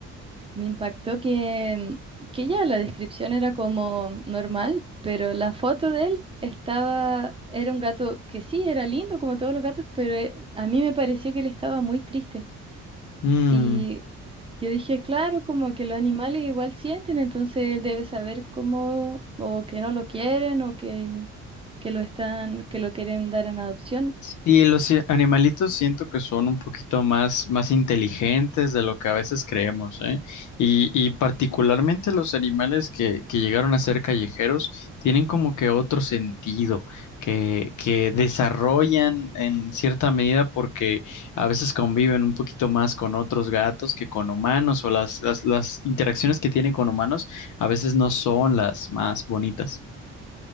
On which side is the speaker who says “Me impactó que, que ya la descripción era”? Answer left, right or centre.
Right